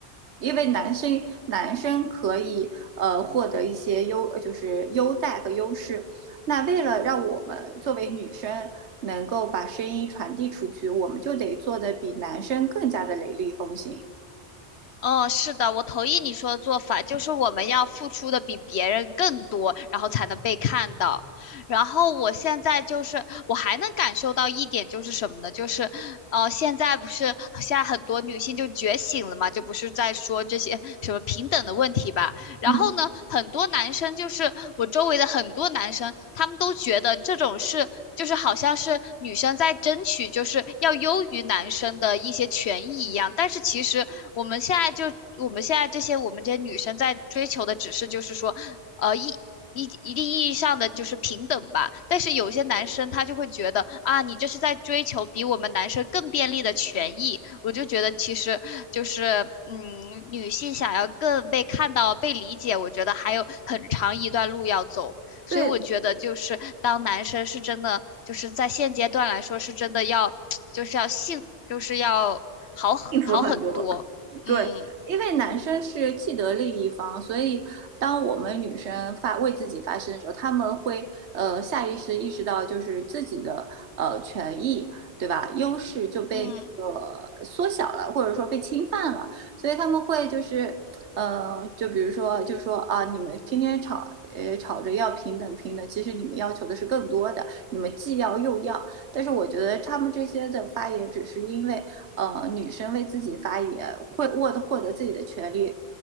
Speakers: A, on the right; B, on the left.
A: 因为男生男生可以呃获得一些优，呃就是优待和优势。那为了让我们作为女生能够把声音传递出去，我们就得做的比男生更加的雷厉风行，
B: 哦，是的，我同意你说的做法，就是我们要付出的比别人更多，然后才能被看到。然后我现在就是，我还能感受到一点就是什么呢？就是，哦，现在不是现在很多女性就觉醒了嘛，就不是在说这些什么平等的问题吧？然后呢，
A: 嗯，
B: 很多男生就是我周围的很多男生，他们都觉得这种事就是好像是女生在争取就是要优于男生的一些权益一样，但是其实我们现在就我们现在这些我们这些女生在追求的只是就是说。呃，一一一定意义上的就是平等吧。但是有些男生他就会觉得啊，你这是在追求比我们男生更便利的权益。我就觉得其实就是嗯，女性想要更被看到、被理解，我觉得还有很长一段路要走。所以我觉得就是当男生是真的就是在现阶段来说是真的要
A: 对，
B: <tsk> 就是要性就是要好很好很多。
A: 幸福很多。
B: 嗯
A: 对，因为男生是既得利益方，所以当我们女生发为自己发声的时候，他们会呃下意识意识到就是自己的呃权益，对吧？优势就被那个缩小了，
B: 嗯
A: 或者说被侵犯了，所以他们会就是呃，就比如说就说啊，你们天天吵呃吵着要平等平等，其实你们要求的是更多的，你们既要又要，但是我觉得他们这些的发言只是因为。呃女生为自己发言，会获得获得自己的权利，